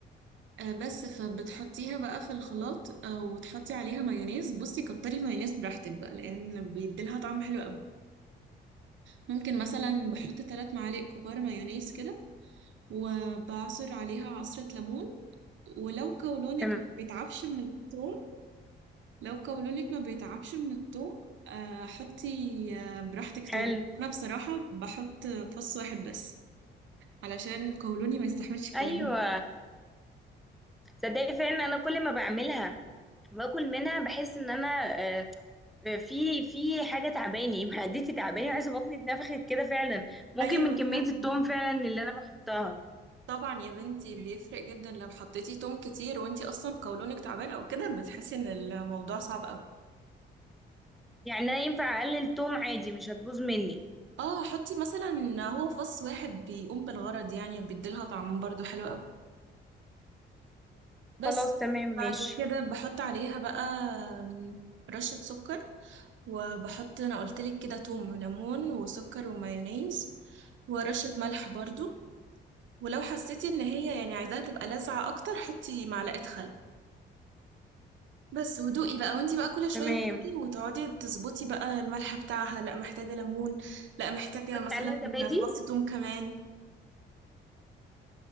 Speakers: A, on the right; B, in the centre.
A: آه بس فبتحطيها بقى في الخلاط آه وتحطي عليها مايونيز بصي كتري مايونيز براحتك بقى لان بيديلها طعم حلو قوي ممكن مثلا بحط ثلاث معالق كبار مايونيز كده وبعصر عليها عصرة ليمون ولو قولونك
B: تمام
A: ما بيتعبش من الثوم لو قولونك ما بيتعبش من الثوم آه، حطي آه، براحتك
B: حلو
A: ثوم انا بصراحة بحط فص واحد بس علشان قولوني ما يستحملش الكلام
B: ايوه
A: ده
B: تصدقي فعلا انا كل ما بعملها باكل منها بحس ان انا آه، آه، في في حاجه تعباني <laughs> معدتي تعباني وحاسه بطني اتنفخت كده فعلا ممكن
A: ايوه
B: من كميه
A: فعلا
B: التوم فعلا اللي انا بحطها
A: طبعا يا بنتي بيفرق جدا لو حطيتي توم كتير وانتي اصلا قولونك تعبان او كده بتحسي ان الموضوع صعب قوي
B: يعني انا ينفع اقلل توم عادي مش هتبوظ مني
A: اه حطي مثلا هو فص واحد بيقوم بالغرض يعني وبيديلها طعم برضو حلو قوي بس
B: خلاص تمام ماشي
A: بعد كده بحط عليها بقى آم، رشة سكر وبحط انا قلتلك كده توم وليمون وسكر ومايونيز ورشة ملح برضو ولو حسيتي ان هي يعني عايزاها تبقى لاذعة اكتر حطي معلقة خل بس ودوقي بقى وانتي بقى كل شوية
B: تمام
A: تدوقي وتقعدي تظبطي بقى الملح بتاعها لا محتاجة ليمون لا محتاجة
B: حط
A: مثلا
B: عليها زبادي
A: فص توم كمان